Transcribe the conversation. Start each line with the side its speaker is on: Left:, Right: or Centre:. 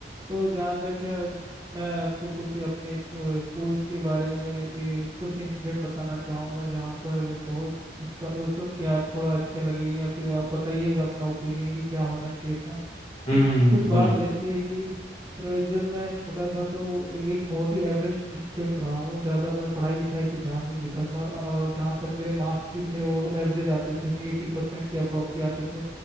Right: तो जहाँ तक है मैं आपको कुछ अपने स्कूल्स के बारे में ए, कुछ इंसिडेंट बताना चाहूँगा जहाँ पर बहुत स- सुन के आप थोड़ा अच्छे लगेंगे या फिर आप बताइएगा अपना ओपिनियन कि क्या होना चाहिए था
Left: हम्म
Right: तो
Left: हम्म,
Right: कुछ बात
Left: बोलिए
Right: ऐसी है कि अ, जब मैं छोटा था तो ए- एक बहुत ही एवरेज स्टूडेंट रहा हूँ ज़्यादा मैं पढ़ाई लिखाई पे ध्यान नहीं देता था और जहाँ तक मेरे मार्क्स भी थे वो एवरेज आते थे एटी परसेंट के अप्रोक्सी आते थे